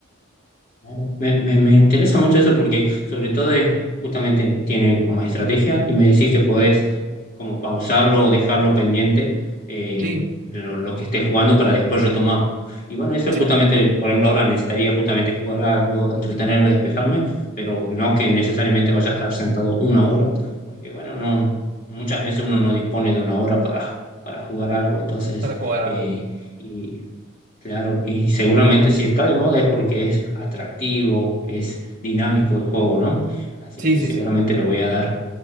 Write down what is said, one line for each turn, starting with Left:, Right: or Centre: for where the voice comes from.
Left: Claro. Me, me- me interesa mucho eso porque sobre todo es, justamente tiene como estrategia y me decís que podés como pausarlo o dejarlo pendiente eh,
Right: Sí,
Left: lo, lo que estés jugando para después retomarlo. Y bueno, eso
Right: sí,
Left: es justamente, por ejemplo, ahora necesitaría justamente jugar algo, entretenerme, despejarme, pero no que necesariamente vaya a estar sentado una hora, porque bueno, no, muchas veces uno no dispone de una hora para, para jugar algo, entonces...
Right: para jugar
Left: eh,
Right: algo.
Left: y Claro, y seguramente si está de moda es porque es atractivo, es dinámico el juego, ¿no? Así
Right: Sí,
Left: que
Right: sí,
Left: seguramente
Right: sí.
Left: le voy a dar.